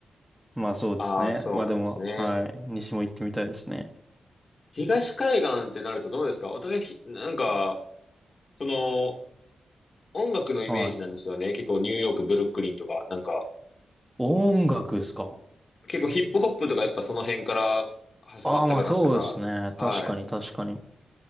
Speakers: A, in the centre; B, on the left (about 45°).
A: まあそうですね。
B: ああ、そうなんですね。
A: まあでも、はい。西も行ってみたいですね。
B: 東海岸ってなるとどうですか私、ひなんか、その、音楽のイメージなんですよね。
A: はい。
B: 結構ニューヨーク、ブルックリンとか、なんか、
A: 音楽ですか。
B: 結構ヒップホップとかやっぱその辺から始まったかなったか。
A: ああ、まあそうですね。
B: はい。
A: 確かに確かに。